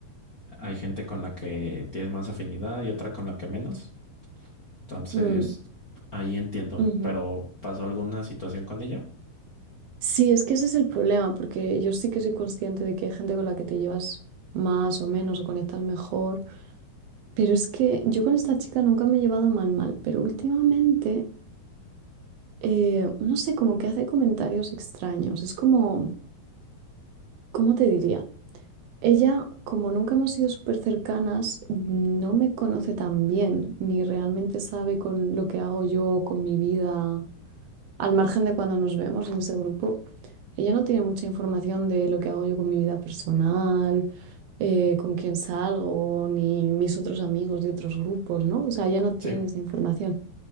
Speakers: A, on the left; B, on the right.
A: hay gente con la que tienes más afinidad y otra con la que menos. Entonces,
B: Mm,
A: ahí entiendo.
B: ujú.
A: Pero, ¿pasó alguna situación con ella?
B: Sí, es que ese es el problema, porque yo sí que soy consciente de que hay gente con la que te llevas más o menos o conectas mejor. Pero es que yo con esta chica nunca me he llevado mal, mal, pero últimamente, eh, no sé, como que hace comentarios extraños. Es como, ¿cómo te diría? Ella, como nunca hemos sido súper cercanas, no me conoce tan bien, ni realmente sabe con lo que hago yo, con mi vida, al margen de cuando nos vemos en ese grupo. Ella no tiene mucha información de lo que hago yo con mi vida personal, eh, con quién salgo, ni mis otros amigos de otros grupos, ¿no? O sea, ella no tiene
A: Sí.
B: esa información.